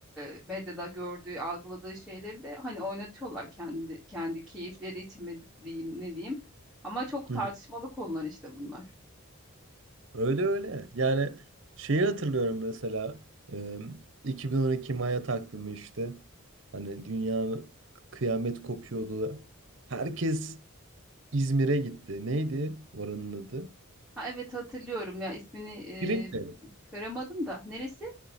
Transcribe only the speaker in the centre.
e, medyada gördüğü, algıladığı şeyleri de hani oynatıyorlar kendi kendi keyifleri için mi diyeyim ne diyeyim. Ama çok
tartışmalı konular işte bunlar.
Ha evet hatırlıyorum ya ismini
e, çıkaramadım da. Neresi?